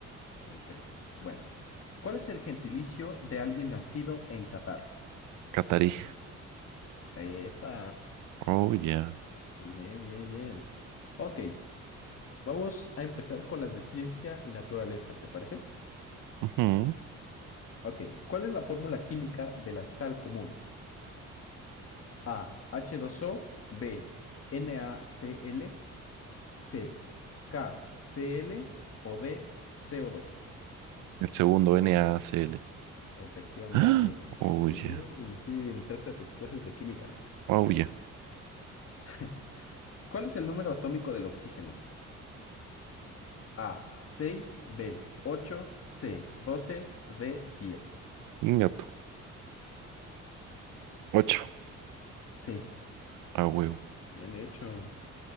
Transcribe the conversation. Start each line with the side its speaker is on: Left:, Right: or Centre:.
Left: Ok, bueno. ¿Cuál es el gentilicio de alguien nacido en Qatar?
Right: Catarí.
Left: Epa,
Right: Oh, yeah.
Left: bien, bien, bien. Ok, vamos a empezar con las de ciencia y naturaleza, ¿te parece?
Right: Ujú.
Left: Ok, ¿cuál es la fórmula química de la sal común? A, h dos o B, NaCl, C, KCl o D, co dos
Right: El segundo NACL.
Left: Efectivamente.
Right: Ah, <gasps> Oh,
Left: Bien,
Right: yeah.
Left: sí, entraste a tus clases de química.
Right: Oh, yeah.
Left: <laughs> ¿Cuál es el número atómico del oxígeno? A, 6 B, 8 C, 12 D, diez
Right: Ingato. Ocho.
Left: Sí,
Right: A huevo.
Left: bien hecho.